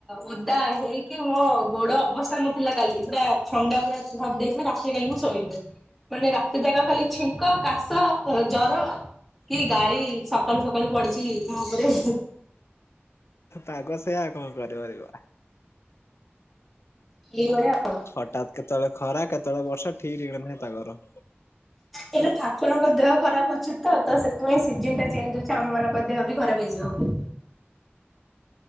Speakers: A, in the centre; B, on the left.
A: ଓଦା ହେଇକି ମୋ ଗୋଡ ଅବସ୍ଥା ନଥିଲା କାଲି ପୁରା ଥଣ୍ଡା ପୁରା ଧର ଦେଇଥିଲା ରାତିରେ କାଲି ମୁଁ ଶୋଇନି ମାନେ ରାତି ସାରା ଖାଲି ଛିଙ୍କ କାଶ ଜର କି
B: ଆଜ୍ଞା
A: ଗାଳି ସକାଳୁ ସକାଳୁ ପଡିଛି ମୋ ଉପରେ
B: ପାଗ ସେଇଆ କଣ କରିପାରିବ।
A: ଏଇ ଭଳିଆ ଆଉ।
B: ହଠାତ୍ କେତେବେଳେ ଖରା କେତେବେଳେ ବର୍ଷା ଠିକ ଠିକଣା ନାହିଁ ତାଙ୍କର।
A: ହେଲେ ଠାକୁରଙ୍କ ଦେହ ଖରାପ ଅଛି ତ ତ ସେଥିପାଇଁ ସିଜନ ଟା ଚେଞ୍ଜ ହଉଛି ଆମ ମାନଙ୍କ ଦେହ ବି ଖରାପ ହେଇଯିବ ବୋଲି।